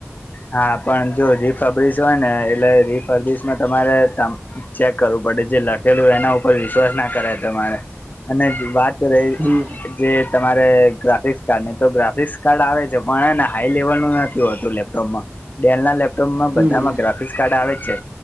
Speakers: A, on the left (about 40°); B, on the right (about 30°).
A: હા પણ જો રીફબ્રીસ હોય ને એટલે રી ફરબીસમાં તમારે તમ ચેક કરવું પડે જે લખેલું એના ઉપર વિશ્વાસ ના કરાય તમારે અને વાત રેય
B: હમ
A: જે તમારે ગ્રાફિક્સ કાર્ડ ની તો ગ્રાફિક્સ કાર્ડ આવે છે પણને હાઈ લેવલનું નથી હોતું લેપ ટોપમા ડેલના લેપટોપમાં
B: હમ
A: બધામાં
B: હમ
A: ગ્રાફિક્સ કાર્ડ આવે છે